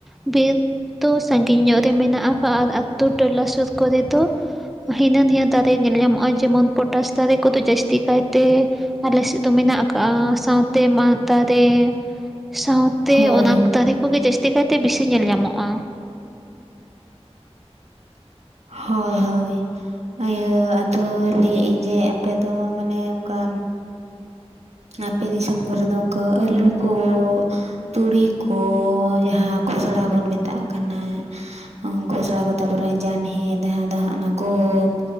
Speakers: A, in the centre; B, on the right.
A: ᱵᱤᱨ ᱫᱚ ᱥᱟᱺᱜᱤᱧ ᱧᱚᱜ ᱨᱮ ᱢᱮᱱᱟᱜ ᱟᱠᱟᱫ ᱟᱨ ᱟᱛᱳ ᱴᱚᱞᱟ ᱥᱩᱨ ᱠᱚᱨᱮ ᱫᱚ ᱦᱤᱱᱟᱹ ᱱᱤᱭᱟᱹ ᱫᱟ ᱧᱟᱢᱚᱜᱼᱟ ᱡᱮᱢᱚᱱ ᱯᱚᱴᱟᱥ ᱫᱟᱨᱮ ᱠᱚᱫᱚ ᱡᱟᱹᱥᱛᱤ ᱠᱟᱭᱛᱮ ᱟᱞᱮ ᱥᱮᱫ ᱫᱚ ᱢᱮᱱᱟᱜ ᱟᱠᱟᱜᱼᱟ᱾ ᱥᱟᱶ ᱛᱮ ᱢᱟᱫ ᱫᱟᱨᱮ ᱥᱟᱶᱛᱮ
B: ᱦᱳᱭ
A: ᱚᱱᱟ ᱠᱚ ᱫᱟᱨᱮ ᱠᱚᱜᱮ ᱡᱟᱹᱥ ᱛᱤ ᱠᱟᱭᱛᱮ ᱵᱤᱥᱤ ᱧᱮᱞ ᱧᱟᱢᱚᱜᱼᱟ᱾
B: ᱦᱳᱭ ᱦᱳᱭ ᱤᱭᱟᱹ ᱟᱫᱚ ᱞᱟᱹᱭᱮᱫ ᱟᱹᱧ ᱡᱮ ᱟᱯᱮ ᱫᱚ ᱢᱟᱱᱮ ᱚᱝᱠᱟ ᱟᱯᱮ ᱫᱤᱥᱚᱢ ᱠᱚᱨᱮ ᱫᱚ ᱚᱝᱠᱟ ᱟᱹᱞᱩ ᱠᱚ ᱛᱩᱲᱤ ᱠᱚ ᱡᱟᱦᱟᱸ ᱠᱷᱚᱥᱲᱟ ᱵᱚᱱ ᱢᱮᱛᱟᱜᱼᱟ ᱠᱟᱱᱟ ᱟᱸ ᱠᱷᱚᱥᱲᱟ ᱠᱚ ᱛᱟᱨᱯᱚᱨᱮ ᱚᱱᱟ ᱡᱟᱱᱦᱮ ᱡᱟᱦᱟᱸ ᱫᱚ ᱦᱟᱸᱜ ᱚᱱᱟ ᱜᱚᱢ